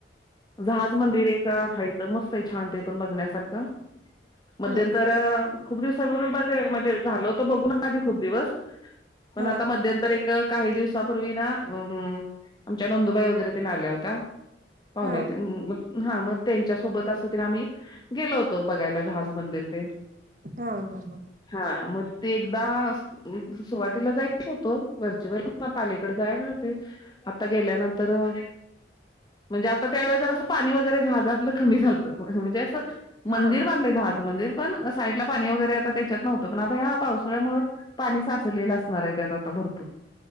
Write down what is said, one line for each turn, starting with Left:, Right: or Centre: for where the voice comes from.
Left: जहाज मंदिर एक अ हायत मस्तय छान ते पण बघण्यासारखं. मध्यंतर
Right: हा
Left: खूप दिवसापूर्वी बघ म्हणजे झाल तर बघू ना आधी खूप दिवस पण
Right: हा
Left: आता मध्यंतर एक क काही दिवसापूर्वी ना हम अ आमच्या नंदुबाई वगैरे तेन आल्या होत्या. पाहुणे
Right: हा
Left: तेन मग हा मग त्यांच्यासोबत असं तेन आम्ही गेलो होतो बघायला जहाज. मंदिर तेन
Right: हा हा
Left: हा म ते एकदा सुरुवातीला जायच होतं वरचेवर आता अलीकडे जायल होते आता गेल्यानंतर अ म्हणजे आता त्या वेळे जरासं पाणी वगैरे जहाजहा जातलं कमी झालतं म्हणजे असं
Right: हा
Left: मंदिर बांधलय जहाज मंदिर पण साईडला पाणी वगैरे आता त्याच्यात नव्हतं पण आता ह्या पावसाळ्यामुळ पाणी साचलेलं असणार हाय त्यात आता भरपूर